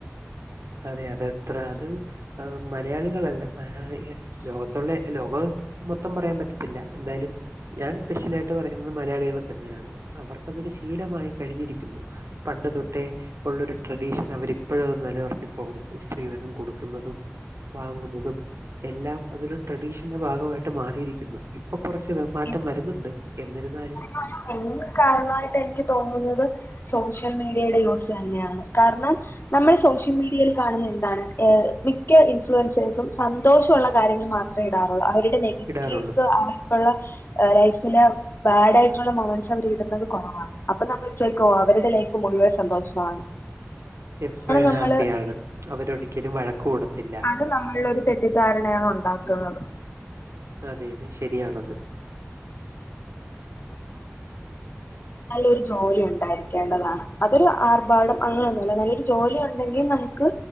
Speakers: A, on the right (about 80°); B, on the left (about 55°).
A: അതെ അതെത്ര അത് മലയാളികളല്ല മാ- ലോകത്തുള്ള ലോകം മൊത്തം പറയാൻ പറ്റത്തില്ല എന്തായാലും. ഞാൻ സ്പെഷ്യലായിട്ട് പറയുന്നത് മലയാളികളെ തന്നെയാണ് അവർക്കതൊരു ശീലമായി കഴിഞ്ഞിരിക്കുന്നു. പണ്ട് തൊട്ടേ ഉള്ളൊരു ട്രഡീഷൻ അവരിപ്പോഴും അത് നിലനിർത്തി പോകുന്നു സ്ത്രീധനം കൊടുക്കുന്നതും വാങ്ങുന്നതും എല്ലാം അതൊര് ട്രഡീഷന്റെ ഭാഗമായിട്ട് മാറിയിരിക്കുന്നു ഇപ്പൊ കുറച്ച് മാറ്റം
B: ഇത്
A: വരുന്നുണ്ട് എന്നിരുന്നാലും
B: <unintelligible> കാരണമായിട്ട് എനിക്ക് തോന്നുന്നത് സോഷ്യൽ മീഡിയയുടെ യൂസ് തന്നെയാണ് കാരണം നമ്മള് സോഷ്യൽ മീഡിയയിൽ കാണുന്ന എന്താണ് മിക്ക ഇൻഫ്ലുവൻസേഴ്സും സന്തോഷള്ള കാര്യങ്ങൾ മാത്രം ടാറുള്ളൂ അവരുടെ നെഗറ്റീവ്സ്
A: ഇടാറുള്ളൂ
B: അവർക്കുള്ള ലൈഫില് ബാഡ് ആയിട്ടുള്ള മൊമാൻസ് അവർ ഇടുന്നത് കുറവാണ് അപ്പൊ നമ്മൾ വിചാരിക്കും അവരുടെ ലൈഫ് മുഴുവൻ സന്തോഷമാണ്. <inaudible>
A: എപ്പോഴും
B: നമ്മള്
A: ഹാപ്പിയാണ് അവര് ഒരിക്കലും വഴക്ക് കൂടത്തില്ല.
B: ത് നമ്മളൊരു തെറ്റിദ്ധാരണയാണ് ഉണ്ടാക്കുന്നത്.
A: അതെ അതെ ശരിയാണത്.
B: നല്ലൊരു ജോലി ഉണ്ടായിരിക്കേണ്ടതാണ് അതൊരു ആർഭാടം- അങ്ങനെൊന്നുല്ല നല്ലൊരു ജോലി ഉണ്ടെങ്കിൽ നമുക്ക്